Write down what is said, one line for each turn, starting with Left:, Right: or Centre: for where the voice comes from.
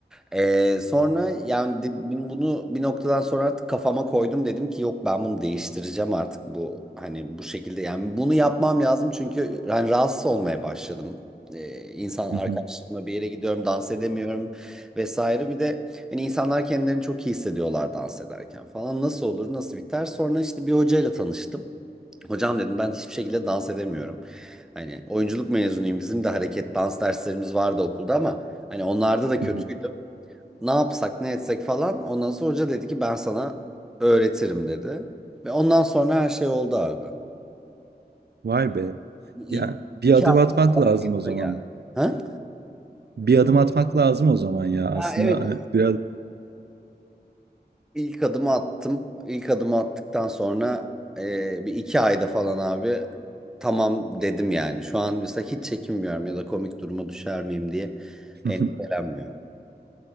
Centre: E, sonra yani de- bunu bir noktadan sonra artık kafama koydum dedim ki yok ben bunu değiştireceğim artık bu hani bu şekilde yani bunu yapmam lazım çünkü hani rahatsız olmaya başladım. E, insan arkadaşlarımla
Right: hı.
Centre: bir yere gidiyorum dans edemiyorum vesaire bir de hani insanlar kendilerini çok iyi hissediyorlar dans ederken falan nasıl olur nasıl biter sonra işte bir hocayla tanıştım. Hocam dedim ben hiçbir şekilde dans edemiyorum. Hani oyunculuk mezunuyum. Bizim de hareket dans derslerimiz vardı okulda ama hani onlarda da kötüydüm.
Right: Hı hı.
Centre: Ne yapsak ne etsek falan. Ondan sonra hoca dedi ki ben sana öğretirim dedi. Ve ondan sonra her şey oldu abi.
Right: Vay be.
Centre: İ
Right: Yani bir
Centre: iki
Right: adım
Centre: ay
Right: atmak
Centre: falan
Right: lazım
Centre: eğitime
Right: o zaman.
Centre: geldi. Ha?
Right: Bir adım atmak lazım o zaman ya aslında
Centre: Ha, evet
Right: hani biraz
Centre: İlk adımı attım. İlk adımı attıktan sonra e, bir iki ayda falan abi tamam dedim yani. Şu an mesela hiç çekinmiyorum ya da komik duruma düşer miyim diye
Right: <laughs>
Centre: endişelenmiyorum.